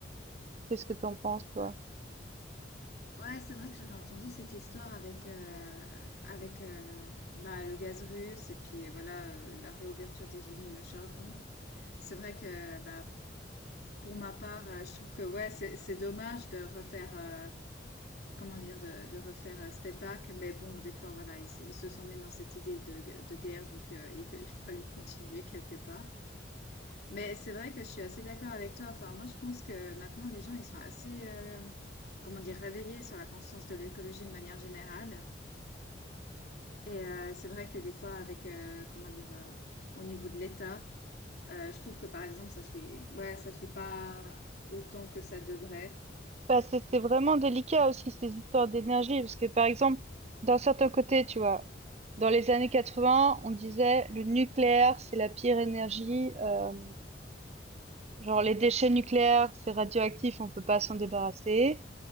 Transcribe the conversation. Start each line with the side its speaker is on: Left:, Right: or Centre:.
Right: Qu'est-ce que t'en penses, toi?
Left: Ouais. Ouais, c'est vrai que j'avais entendu cette histoire avec euh, avec euh, bah, le gaz russe et puis voilà euh, la réouverture des usines à charbon. C'est vrai que bah, pour ma part, euh, je trouve que ouais c'est c'est dommage de refaire. euh, comment dire, de, de refaire euh, step back. Mais bon, des fois, voilà, ils, ils se sont mis dans cette idée de, de guerre, donc euh, il fallait, <laughs> fallu continuer quelque part. Mais c'est vrai que je suis assez d'accord avec toi. Enfin, moi, je pense que maintenant, les gens, ils sont assez, euh, comment dire, réveillés sur la conscience de l'écologie de manière générale. Et euh, c'est vrai que des fois, avec, euh, comment dire, euh, au niveau de l'État, euh, je trouve que par exemple, ça suit, ouais, ça suit pas autant que ça devrait.
Right: Bah, c'est c'est
Left: Euh,
Right: vraiment délicat aussi ces histoires d'énergie parce que par exemple d'un certain côté tu vois dans les années 80 on disait le nucléaire c'est la pire énergie euh, genre les déchets nucléaires c'est radioactif on peut pas s'en débarrasser